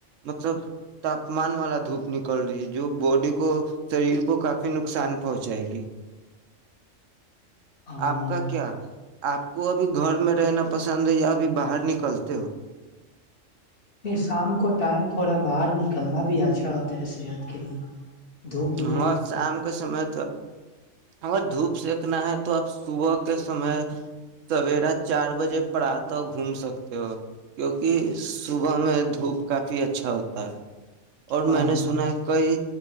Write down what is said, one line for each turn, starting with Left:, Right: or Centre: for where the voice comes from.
Right: مطلب تاپمان والا دھوپ نکل رہی ہے جو باڈی کو شریر کو کافی نقصان پہنچائے گی
Left: ہاں
Right: آپ کا کیا آپ کو ابھی گھر میں رہنا پسند ہے یا ابھی باہر نکلتے ہو
Left: یہ شام کو ٹائم تھوڑا باہر نکلنا بھی اچھا ہوتا ہے صحت کے لیے دھوپ میں
Right: ہاں شام کا سمے اگر دھوپ سکنا ہے تو آپ صبح کے سمے سویرا چار بجے پرات گھوم سکتے ہو کیوںکہ صبح میں دھوپ کافی اچھا ہوتا ہے اور
Left: ہاں
Right: میں نے سنا ہے کئی